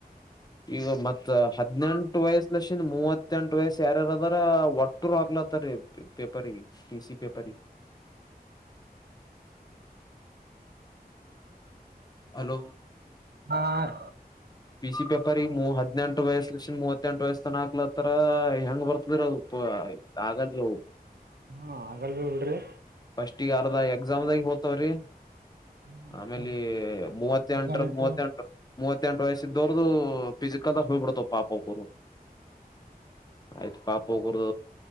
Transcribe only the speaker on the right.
ಆಾರ
ಹ್ಮ ಆಗಲ್ ಬಿ ಬಿಡ್ರಿ
ಹ ಮತ್ತ
ಕಾಲಿಟ್ಟು